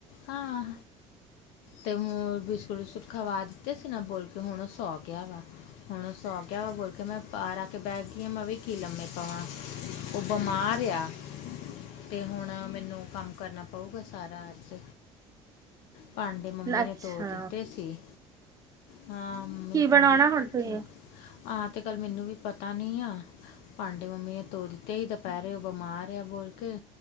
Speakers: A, on the left; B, on the right.
A: ਹਾਂ ਤੇ ਬਿਸਕੁਟ ਵਿਸਕੁਟ ਖਵਾ ਦਿੱਤੇ ਸੀ ਨਾ ਬੋਲ ਕੇ ਹੁਣ ਉਹ ਸੌਕ ਗਿਆ ਵਾ ਹੁਣ ਸੌ ਗਿਆ ਵਾ ਬੋਲ ਕੇ ਮੈਂ ਪਰ ਆ ਕੇ ਬਹਿ ਗਈ ਆ ਮੈਂ ਵੀ ਕੀ ਲੰਮੇ ਪਾਵਾਂ ਉਹ ਬਿਮਾਰ ਆ ਤੇ ਹੁਣ ਮੈਨੂੰ ਕੰਮ ਕਰਨਾ ਪਊਗਾ ਸਾਰਾ ਅੱਜ ਭਾਂਡੇ ਮੰਮੀ
B: ਅੱਛਾ
A: ਨੇ ਧੋ ਦਿੱਤੇ ਸੀ, ਹਾਂ ਮੰਮੀ
B: ਕੀ
A: ਨੇ ਪਾਂਡੇ
B: ਬਣਾਉਣਾ ਹੁਣ ਤੁਸੀਂ
A: ਤੇ ਆਂ ਤੇ ਕੱਲ ਮੈਨੂੰ ਵੀ ਪਤਾ ਨੀ ਆ, ਭਾਂਡੇ ਮੰਮੀ ਨੇ ਧੋ ਦਿੱਤੇ ਹੀ ਦੁਪਹਿਰੇ ਉਹ ਬਿਮਾਰ ਬੋਲ ਕੇ